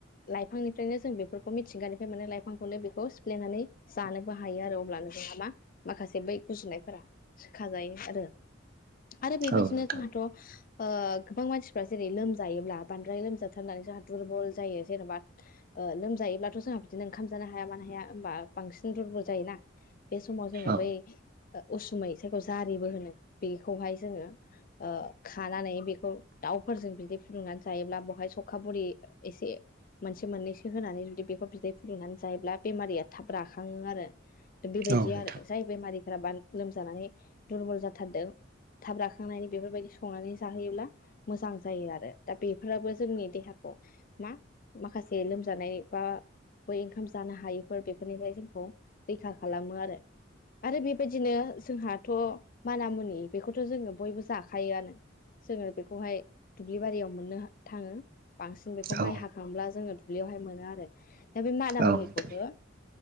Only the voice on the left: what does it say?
लाइफांनिफ्रायनो जों बेफोरखौ मिथिंगानिफ्राय मोनो लाइफांखौनो बेखौ सिफ्लेनानै जानोबो हायो आरो अब्लानो नोङाबा माखासे बै गुजुनायफोरा सोखाजायो आरो। आरो बेबायदिनो
जोंहाथ' ओ गोबां मानसिफ्रा जेरै लोमजायोब्ला बांद्राय लोमजाथारनानै जा दुरबल जायो जेनेबा ओ लोमजायोब्लाथ' जोंहा बिदिनो ओंखाम जानो हाया मानो हाया होमबा बांसिन दुरबल जायोना। बे समाव जोङो
बै ओ उसुमै जायखौ जारिबो होनो बेखौहाय जोङो ओ खानानै बेखौ दाउफोरजों बिदै फुदुंनानै जायोब्ला बहाय सखा बरि एसे मोनसे मोननैसो होनानै जुदि बेखौ बिदै फुदुंनानै जायोब्ला बेमारिया थाब राखाङो आरो बेबायदि
आरो जाय बेमारिफ्रा लोमजानानै दुरबल जाथारदों थाब राखांनायनि बेफोरबायदि संनानै जाहोयोब्ला मोजां जायो आरो। दा बेफोराबो जोंनि देहाखौ मा माखासे लोमजानाय बा बै ओंखाम जानो हायि फोर बेफोरनिफ्राय जोंखौ रैखा खालामो आरो। आरो बेबायदिनो जोंहाथ' माना मुनि बेखौथ' जोङो बयबो जाखायोआनो। जोङो बेखौहाय दुब्लि बारियाव मोननो थाङो। बांसिन बेखौ माइ
हाखांब्ला जोङो दुब्लियावहाय मोनो आरो। दा बे मानामुनिखौबो